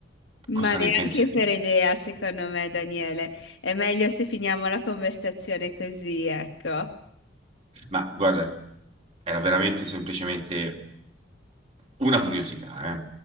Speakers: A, on the left; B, on the right.
A: Ma
B: cosa
A: neanche
B: ne pensi?
A: per idea, secondo me, Daniele. È meglio se finiamo la conversazione così, ecco.
B: Ma guarda, era veramente semplicemente una curiosità, eh.